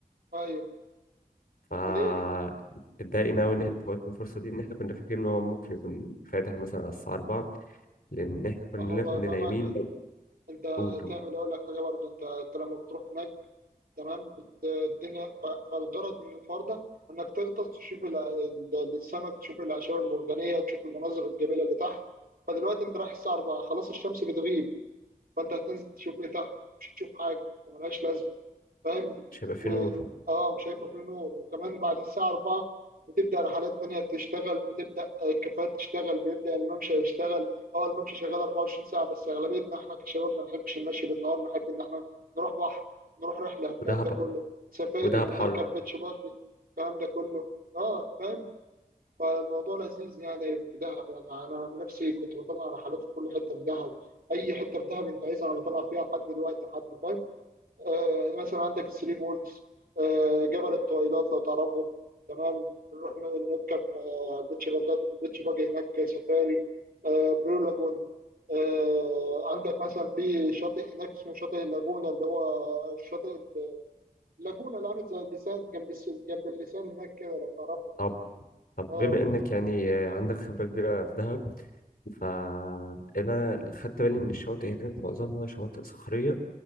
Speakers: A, on the right; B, on the left.
A: ايوه طب
B: فا
A: وليه؟
B: اتضايقنا أوي إن إحنا فوتنا الفرصة دي إن إحنا كنا فاكرين إن هو ممكن يكون فاتح مثلا على الساعة أربعة لأن إحنا كنا
A: ما هو بقى
B: كنا
A: فاهمك
B: نايمين
A: انت هتعمل
B: قول قول
A: اقول لك حاجه برضه انت انت لما بتروح هناك تمام بت... الدنيا ف- فالغرض من الحوار ده انك تغطس تشوف ال- ال- السمك تشوف الاعشاب المرجانيه وتشوف المناظر الجميله اللي تحت فدلوقتي انت رايح الساعه 4 خلاص الشمس بتغيب فانت هتنزل تشوف ايه تحت مش هتشوف حاجه وملهاش لازمه فاهم
B: مش هيبقى فيه
A: في-
B: نور
A: اه مش هيبقى فيه نور وكمان بعد الساعه 4 بتبدا رحلات تانية تشتغل بتبدا آه، الكافيهات تشتغل بيبدا الممشى يشتغل اه الممشى شغال 24 ساعه بس اغلبيتنا احنا كشباب ما نحبش المشي بالنهار نحب ان احنا نروح بحر نروح رحله الكلام
B: ودهب
A: ده كله سفاري
B: ودهب حر
A: تركب بيتش باجي الكلام ده كله اه فاهم فالموضوع لذيذ يعني في دهب يعني انا عن نفسي كنت بطلع رحلات في كل حته في دهب اي حته في دهب انت عايزها انا بطلع فيها لحد دلوقتي حتى فاهم آه مثلا عندك الثري بولز آه جبل الطويلات لو تعرفه تمام نروح ن- نركب آه بيتش باجي بيتش باجي هناك سفاري آه برو لاجون آه عندك مثلا في شاطئ هناك اسمه شاطئ اللاجونة اللي هو الشاطئ اللاجونة اللي عامل زي اللسان جنب الس- جنب اللسان هناك كده لو تعرفه
B: طب طب
A: اه
B: بما انك يعني عندك خبرة كبيرة في دهب فانا خدت بالي ان الشواطئ هناك معظمها شواطئ صخرية